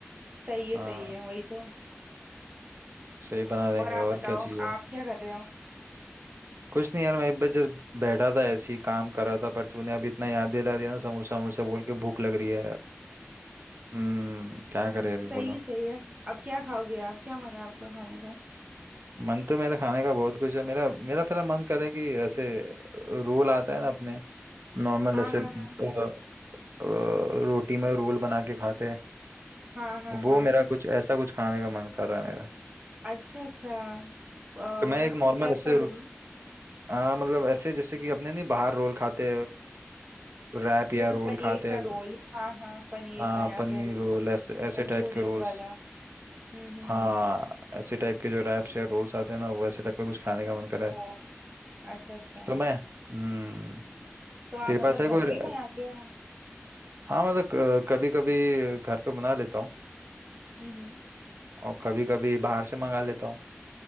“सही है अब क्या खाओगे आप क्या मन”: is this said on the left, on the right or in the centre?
Right